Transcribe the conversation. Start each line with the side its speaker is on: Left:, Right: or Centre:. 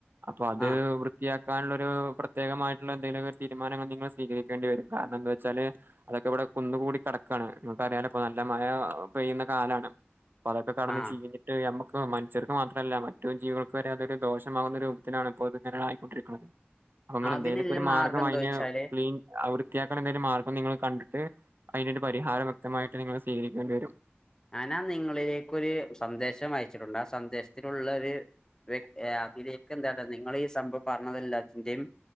Right: അപ്പൊ അത്
Left: ആഹ്
Right: വൃത്തിയാക്ക എക്കാനുള്ളൊ ഒരു പ്രത്യേകമായിട്ടുള്ള എന്തെങ്കിലും ഒരു തീരുമാനങ്ങൾ നിങ്ങൾ സ്വീകരിക്കേണ്ടി വരും കാരണം എന്താച്ചാല് അതൊക്കെ ഇവിടെ കുന്നുകൂടി കിടക്കാണ് നമുക്കറിയാല ഇപ്പൊ നല്ല മഴ പെയ്യുന്ന കാലാണ്. അപ്പതൊക്കെ കെടന്ന്
Left: ആഹ്
Right: ചീഞ്ഞിട്ട് യമ്മ പ്പോ മനുഷ്യർക്ക് മാത്രല്ല മറ്റു ജീവികൾക്ക് വരെ അതൊരു ദോഷമാകുന്ന രൂപത്തിലാണ് ഇപ്പോൾ ഇത്ങ്ങന ആയിക്കൊണ്ടിരിക്കുന്നത്. അങ്ങനെന്തേലൊക്കെ
Left: അതിനുള്ള
Right: ഒരു മാർഗം
Left: എന്താ
Right: അയിന്
Left: വെച്ചാല്
Right: ക്ലീൻ അവർ വൃത്തിയാക്കാൻ എന്തേലും മാർഗം നിങ്ങൾ കണ്ടിട്ട് അതിന്റെ പരിഹാരം വ്യക്തമായിട്ട് നിങ്ങൾ സ്വീകരിക്കേണ്ടി വരും.
Left: ഞാനാ നിങ്ങളിലേക്കൊരു സന്ദേശം അയച്ചിട്ടുണ്ട് ആ സന്ദേശത്തിലുള്ള ഒരു വ്യക് അതിലേക്ക് എന്താ നിങ്ങൾ ഈ സംഭവം പറഞ്ഞതെല്ലാത്തിന്റെയും